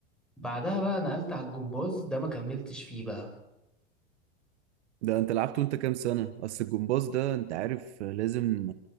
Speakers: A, in the centre; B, on the right.
A: بعدها بقى نقلت على الجمباز ده ما كملتش فيه بقى
B: ده أنت لعبت وأنت كام سنة؟ أصل الجمباز ده أنت عارف لازم